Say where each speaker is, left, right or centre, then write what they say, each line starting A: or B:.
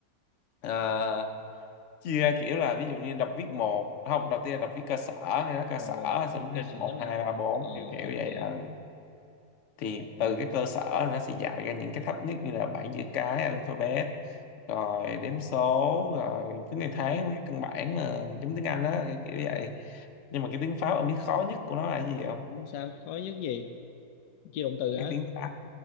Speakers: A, on the left; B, on the left.
A: ờ, chia ra kiểu là ví dụ như đọc viết một không đầu tiên là đọc viết cơ sở nghe nói cơ
B: ồ
A: sở xong rồi
B: cơ
A: lên
B: sở
A: một
B: nữa
A: hai ba bốn
B: ờ
A: kiểu kiểu
B: ok
A: vậy ừ thì
B: Ừ,
A: từ cái cơ sở nó sẽ dạy ra những cái thấp nhất như là bảng chữ cái alphabet rồi đếm số rồi thứ ngày tháng với cái căn bản mà giống tiếng Anh á kiểu kiểu vậy nhưng mà cái tiếng Pháp ông biết khó nhất của nó là cái gì không
B: sao khó nhất gì chia động từ hả
A: cái tiếng Pháp